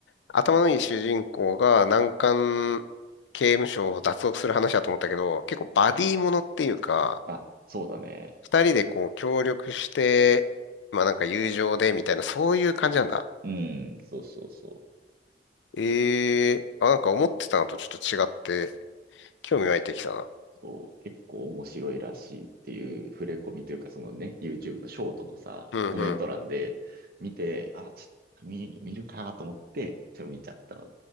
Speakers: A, on the left (about 90°); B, on the right (about 55°).
A: 頭のいい主人公が難関刑務所を脱獄する話だと思ったけど、結構バディものっていうか、
B: あ、そうだね。
A: 二人でこう協力して、まあなんか友情でみたいな、そういう感じなんだ。
B: うん、そうそうそう。
A: ええあ、なんか思ってたのとちょっと違って、興味湧いてきたな。
B: こう結構面白いらしいっていう触れ込みというか、そのね、YouTube のショートのさ、
A: うんうん。
B: コメント欄で見て、あ、ちょっと見、見るかと思って、ちょっと見ちゃったの。